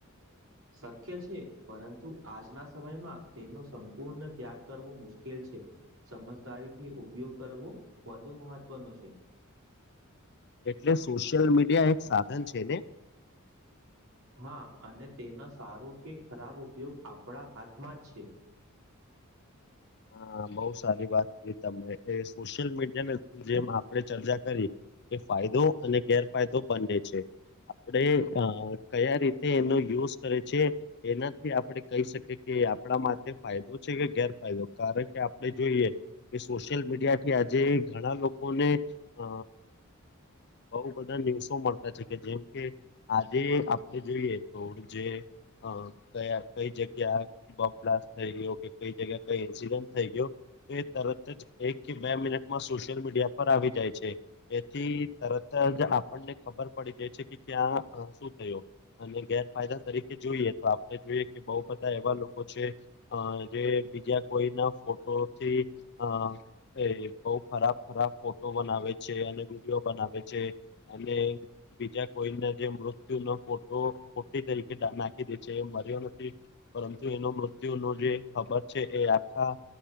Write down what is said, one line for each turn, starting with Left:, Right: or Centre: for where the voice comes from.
Right: શક્ય છે, પરંતુ આજના સમયમાં તેનો સંપૂર્ણ ત્યાગ કરવો મુશ્કેલ છે. સમજદારીથી ઉપયોગ કરવો વધુ મહત્વનો છે.
Left: એટલે સોશિયલ મીડિયા એક સાધન છે ને
Right: હા અને તેનો સારો કે ખરાબ ઉપયોગ આપણા હાથમાં જ છે.
Left: હા બોવ સારી વાત તમે એ સોશિયલ મીડિયાને જેમ આપડે ચર્ચા કરીએ એ ફાયદો અને ગેરફાયદો બંને છે. આપણે અ કયા રીતે એનો યુઝ કરે છે. એનાથી આપડે કહી શકીએ કે આપણા માટે ફાયદો છે કે ગેર ફાયદો કારણ કે આપણે જોઈએ કે સોશિયલ મીડિયા કે આજે ઘણા લોકોને અ બોવ બધા ન્યુઝો મળતા છે કે જેમ કે આજે આપ જોઈએ તો જે કયા કઈ જગ્યા બોમ્બ બ્લાસ્ટ થય ગયો કે કઈ જગ્યા કઈ એન્સિડન્ટ થઈ ગયો તો એ તરત જ એક કે બે મિનિટમાં સોશિયલ મીડિયા પર આવી જાય છે. એથી તરત જ આપણને ખબર પડી ગઈ છે કે ક્યાં શું થયું અને ગેરફાયદા તરીકે જોઈએ તો આપણે જોઈએ કે બોવ બધા એવા લોકો છે. અ જે બીજા કોઈના ફોટોથી અ એ બોવ ખરાબ ખરાબ ફોટો બનાવે છે, અને વિડીયો બનાવે છે. અને. બીજા કોઈને જે મૃત્યુનો ફોટો ખોટી તરીકે નાખી દે છે, એ મર્યો નથી પરંતુ એનો મૃત્યુનો જે ખબર છે એ આખા